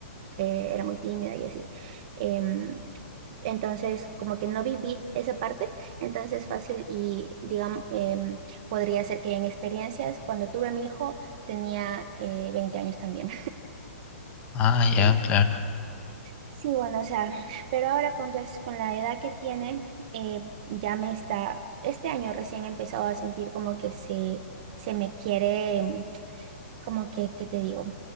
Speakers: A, on the right; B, on the left.
A: eh, era muy tímida y así. Em, entonces, como que no viví esa parte, entonces fácil y, digamos, em, podría ser que en experiencias, cuando tuve a mi hijo, tenía eh, 20 años también.
B: Ah, ya,
A: Se-
B: claro.
A: Sí, bueno, o sea, pero ahora con, ya- con la edad que tiene, eh, ya me está, este año recién he empezado a sentir como que se, se me quiere, mm, como que, ¿qué te digo?